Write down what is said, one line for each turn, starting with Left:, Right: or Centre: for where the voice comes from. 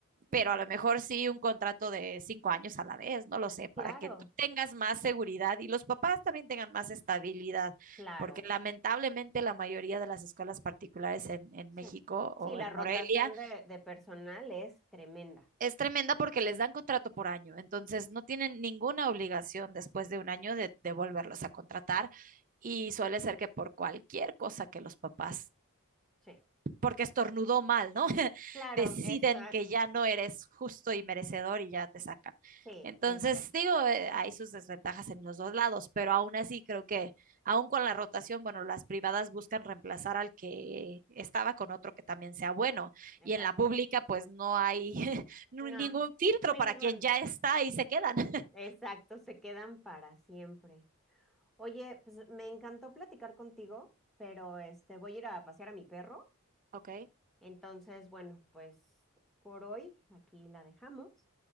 Centre: mm,
Right: pero a lo mejor sí un contrato de cinco años a la vez, no lo sé,
Centre: claro,
Right: para que tú tengas
Centre: o-
Right: más seguridad y los papás también tengan más estabilidad,
Centre: claro,
Right: porque lamentablemente la mayoría de las escuelas particulares en, en
Centre: sí.
Right: México o
Centre: Sí, la
Right: en
Centre: rotación
Right: Morelia
Centre: de, de personal es tremenda.
Right: es tremenda porque les dan contrato por año, entonces no tienen ninguna obligación después de un año de, de volverlos a contratar y suele ser que por cualquier cosa que los papás
Centre: sí,
Right: porque estornudó mal, ¿no? <laughs>
Centre: Claro,
Right: Deciden
Centre: exacto,
Right: que ya no eres justo y merecedor y ya te sacan.
Centre: sí,
Right: Entonces,
Centre: exacto.
Right: digo, eh, hay sus desventajas en los dos lados, pero aún así creo que, aún con la rotación, bueno, las privadas buscan reemplazar al que estaba con otro que también sea bueno.
Centre: exacto.
Right: Y en la pública, pues no hay <laughs> ningún
Centre: No,
Right: filtro
Centre: ningún.
Right: para quien ya está y se quedan. <laughs>
Centre: Exacto, se quedan para siempre. Oye, pues me encantó platicar contigo, pero este voy a ir a pasear a mi perro.
Right: ok,
Centre: Entonces, bueno, pues por hoy aquí la dejamos.